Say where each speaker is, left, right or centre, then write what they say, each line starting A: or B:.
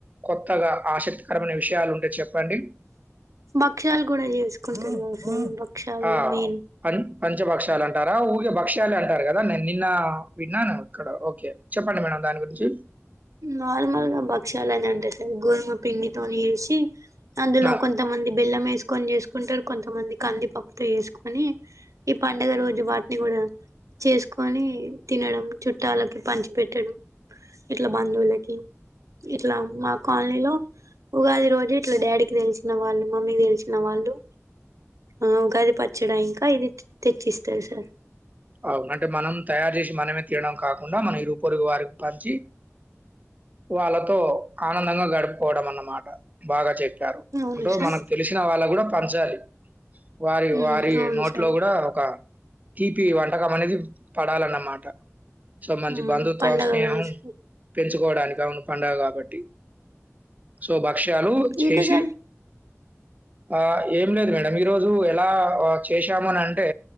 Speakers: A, on the right; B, on the right.
A: కొత్తగా ఆసక్తికరమైన విషయాలు ఉంటే చెప్పండి.
B: బక్ష్యాలు గుడా జేసుకుంటరు గదా సార్ భక్షాలు
A: ఆ
B: మెయిన్
A: అన్ పంచభక్షలు అంటారా ఊగే భక్ష్యాలే అంటారు కదా నేన్ నిన్న విన్నాను. ఇక్కడ ఓకే చెప్పండి మేడం దాని గురించి
B: నార్మల్గా భక్ష్యాలని అంటే సార్ గోదుమ పిండితోని చేసి అందులో
A: ఆ!
B: కొంతమంది బెల్లం ఏసుకొని చేసుకుంటరు కొంతమంది కందిపప్పుతో ఏస్కొని పండగ రోజు వాట్ని గుడా చేసుకొని తినడం చుట్టాలకి పంచి పెట్టడం. ఇట్ల బంధువులకి ఇట్ల మా కాల్నీలో ఉగాది రోజు ఇట్ల డాడీకి తెలిసిన వాళ్ళు మమ్మీకి తెలిసిన వాళ్ళు ఆ ఉగాది పచ్చడా ఇంకా ఇది తెచ్చిస్తారు సార్
A: అవును అంటే మనం తయారు చేసి మనమే తినడం కాకుండా మన ఇరుగుపొరుగు వారి పంచి వాళ్ళతో ఆనందంగా గడుపుకోవడం అన్నమాట. బాగా చెప్పి ప్పారు.
B: అవును
A: అంటే
B: సార్
A: మనకు తెలిసిన వాళ్ళక్ గుడా పంచాలి. వారి
B: ఉమ్
A: వారి
B: అవును
A: నోట్లో
B: సార్
A: గుడా ఒక ఈ వంటకం అనేది పడాలన్నమాట. సో మంచి
B: ఉమ్
A: బంధుత్వం
B: పండగ
A: స్నేహం
B: కదా సార్
A: పెంచు కోవడానికి అవును పండుగ కాబట్టి సూపర్ బక్షాలు చేసి
B: ఇంకా సార్
A: ఆ ఏం లేదు మేడం ఈ రోజు ఎలా చేశాం అంటే